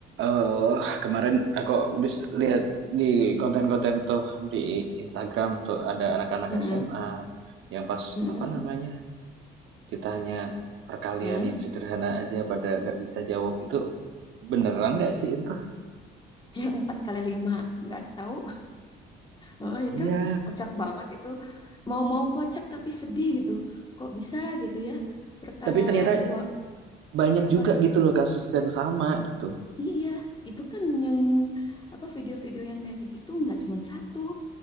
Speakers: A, on the right (about 70°); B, on the left (about 20°).
A: Eee, kemarin aku habis lihat di konten-konten tuh di Instagram tuh ada anak-anak
B: Mm-mm,
A: SMA yang pas,
B: mm-mm,
A: apa namanya, ditanya perkalian
B: mm-mm.
A: yang sederhana aja pada nggak bisa jawab. Itu beneran nggak sih itu?
B: <laughs> Yang empat kali lima nggak tahu. Oh,
A: Iya,
B: itu kocak banget itu. Mau-mau kocak tapi sedih gitu. Kok bisa gitu ya? Perkara
A: tapi ternyata
B: dua
A: banyak
B: apa?
A: juga gitu loh kasus yang sama gitu.
B: Iya, itu kan yang apa video-video yang kayak gitu nggak cuma satu.